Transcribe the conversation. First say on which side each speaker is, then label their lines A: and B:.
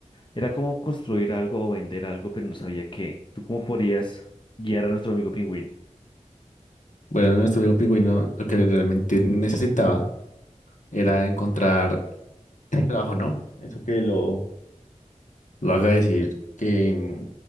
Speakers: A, on the left; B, on the left.
A: Era como construir algo o vender algo, pero no sabía qué. ¿Tú cómo podrías guiar a nuestro amigo pingüino?
B: Bueno, nuestro amigo pingüino lo que realmente necesitaba era encontrar el trabajo, ¿no? Eso que lo, lo haga decir que mm,